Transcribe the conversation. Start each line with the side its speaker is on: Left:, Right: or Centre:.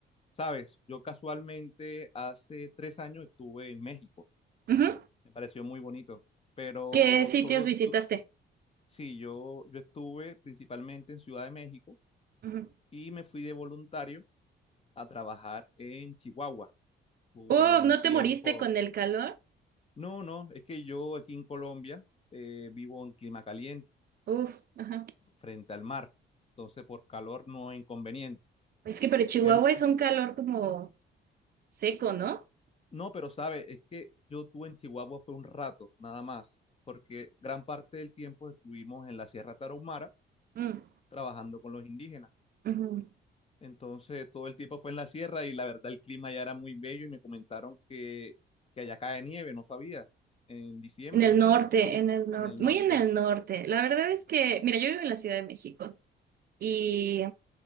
Left: Sabes, yo casualmente hace tres años estuve en México,
Right: ujú.
Left: me pareció muy bonito, pero
Right: ¿Qué sitios
Left: solo,
Right: visitaste?
Left: estu- sí, yo, yo estuve principalmente en Ciudad de México
Right: Ujú.
Left: y me fui de voluntario a trabajar en Chihuahua. Tuve
Right: Oh,
Left: un
Right: ¿no
Left: tiempo
Right: te moriste con el calor?
Left: No, no, es que yo aquí en Colombia eh, vivo en clima caliente,
Right: Uf, ajá.
Left: frente al mar, entonces por calor no es inconveniente.
Right: Es que pero Chihuahua
Left: Em,
Right: es un calor como seco, ¿no?
Left: no, pero sabe, es que yo tuve en Chihuahua fue un rato, nada más, porque gran parte del tiempo estuvimos en la Sierra Tarahumara
Right: Mm,
Left: trabajando con los indígenas.
Right: ujú.
Left: Entonces todo el tiempo fue en la sierra y la verdad el clima ya era muy bello y me comentaron que, que allá cae nieve, no sabía, en diciembre,
Right: En el norte, en el norte,
Left: en el norte.
Right: muy en el norte. La verdad es que, mira, yo vivo en la Ciudad de México y